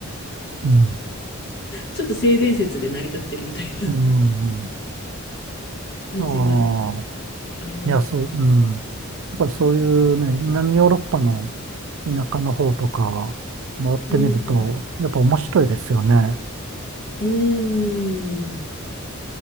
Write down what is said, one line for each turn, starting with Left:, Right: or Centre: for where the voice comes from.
Right: <laughs>。うん。
Left: ちょっと性善説で成り立ってるみたいな
Right: うん。
Left: 感じが
Right: ああ。
Left: ありました。
Right: いや、そう、
Left: う
Right: うん。やっぱりそういうね、南ヨーロッパの田舎の方とか回ってみると、
Left: ん、う
Right: やっぱ面白いですよね。
Left: ーん、